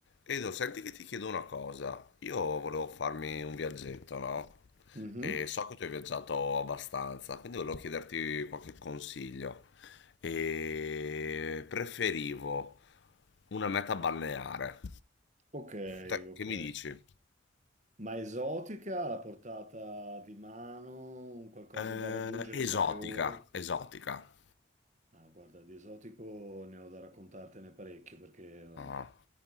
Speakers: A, on the left (about 65°); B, on the right (about 35°).
A: Edo, senti che ti chiedo una cosa. Io volevo farmi un viaggetto, no?
B: Mhm.
A: E so che tu hai viaggiato abbastanza, quindi volevo chiederti qualche consiglio. E preferivo una meta balneare.
B: Ok,
A: Te-
B: ok.
A: che mi dici?
B: Ma esotica, alla portata di mano, un qualcosa
A: Eh,
B: da raggiungere
A: esotica,
B: in poche ore?
A: esotica.
B: Ah, guarda, di esotico ne ho da raccontartene parecchio perché um,
A: Ah.